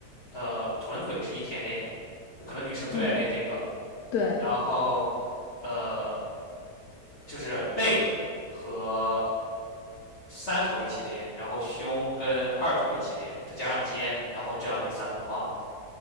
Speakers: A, on the left; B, on the left.
A: 呃，臀腿是一天练，可能女生最爱练这个，
B: 乱腿。对，
A: 然后呃就是背和三头一起练，然后胸跟二头一起练，再加上肩，然后这样就是三分化了。